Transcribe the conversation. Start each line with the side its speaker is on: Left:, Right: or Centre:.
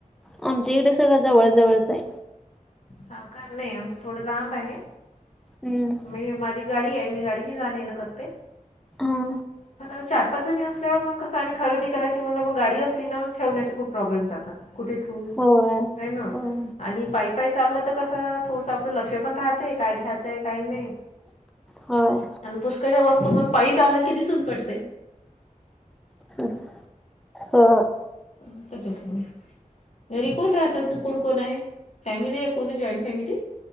Centre: आमच्या इकडे सगळं जवळ जवळच आहे.
Left: ह का? नाही आमचं थोडं लांब आहे.
Centre: हम्म
Left: मी माझी गाडी आहे मी गाडी ने जाणं येन करते
Centre: हा
Left: पण आणि चार पाच जणी असल्यावर मग कस आणि खरेदी करायची म्हणल मग गाडी असली ना ठेवण्याचे खूप प्रॉब्लेम जातात कुठे ठेऊ होईना
Centre: होय होय
Left: आणि पायी पायी चाललं तर कस थोडसं आपलं लक्ष पण राहते, काय घ्यायचंय काही नाही.
Centre: होय
Left: आणि पुष्काळच्या वस्तू मग पायी चाललं की दिसून पडतेय
Centre: <inaudible> ह हा
Left: <unintelligible> त्याच्याच मुळे घरी कोण राहत? क कोण कोण आहे फॅमिली आहे पूर्ण जॉईंट फॅमिली?